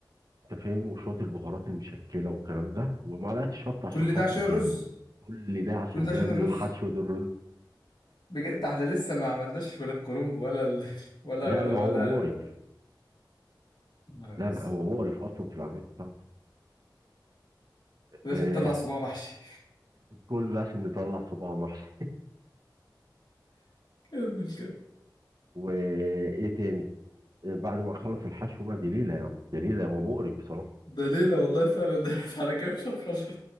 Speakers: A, on the right; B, on the left.
A: فاهم وشويه البهارات المشكله والكلام ده ومعلقه الشطه عشان
B: كل
A: خاطرك
B: ده عشان الرز
A: يعني كل ده عشان
B: كل ده
A: نعمل
B: عشان الرز
A: الحشو ده الرز
B: بجد احنا لسه ما عملناش ولا الكرنب ولا ال... <laughs> ولا
A: لا
B: ولا
A: لا ما
B: ولا
A: هو مقرف
B: نهار
A: لا
B: اسود
A: لا هو مقرف اصلا في العمل بتاعته
B: ده عشان
A: آه،
B: نطلع صباع محشي
A: كل ده عشان نطلع صباع محشي
B: كمل كمل
A: وايه تاني آه، بعد ما نخلص الحشو بقى دي ليله يا عم دي ليله هو مقرف بصراحه
B: ده ليلة والله فعلا ده <laughs> على كده مش هنخلص